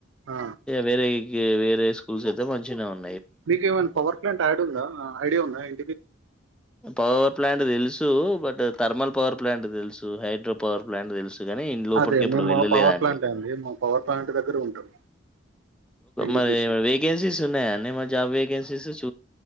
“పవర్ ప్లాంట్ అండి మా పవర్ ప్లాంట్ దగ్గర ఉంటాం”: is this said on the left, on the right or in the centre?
Right